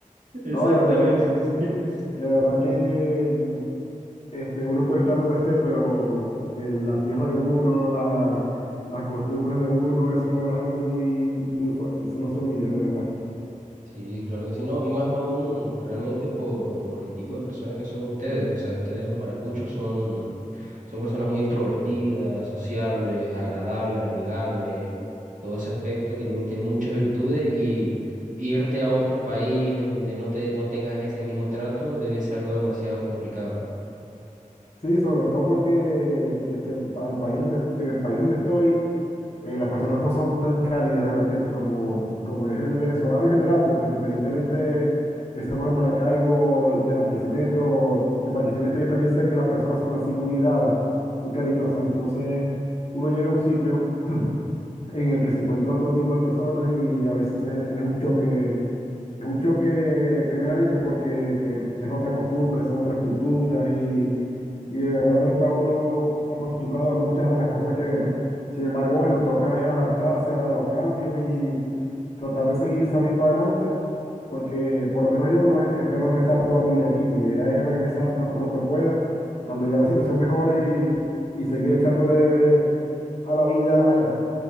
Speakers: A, on the right; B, on the left.
A: Exactamente.
B: No, de verdad que,
A: <laughs>
B: de verdad que Este, uno puede estar donde esté, pero eh, la tierra de uno, la- las costumbres de uno, eso es algo muy, muy fuerte, eso no se olvida, de verdad.
A: Sí, claro que sí, no, y más aún realmente por, por el tipo
B: <clears throat> Mm.
A: de personas que son ustedes, o sea, ustedes los maracuchos son Son personas muy extrovertidas, sociables, agradables, amigables. Todo ese aspecto tienen, tienen muchas virtudes y irte a otro país en donde no te, no tengas ese mismo trato debe ser algo demasiado complicado.
B: Sí, sobre todo porque este, al país donde, en el país donde estoy, eh, las personas no son tan cálidas de repente como, como es el venezolano en general, porque independientemente que seamos de Maracaibo, de Barquisimeto, en Barquisimeto yo también sé que las personas son así muy dadas, muy cariñosas, entonces uno llega a un sitio. <clears throat> en el que se encuentra otro tipo de personas y a veces es un choque, es un choque primeramente porque eh, es otra costumbre, son otras culturas y, y de verdad no está uno acostumbrado a muchas de las cosas que ve, ¿no? Sin embargo, bueno, toca es adaptarse a los cambios y tratar de seguir saliendo adelante, porque por lo menos yo no espero no estar toda mi vida aquí. Mi idea es regresar tan pronto pueda, cuando ya la situación mejore y, y seguir echándole a la vida allá.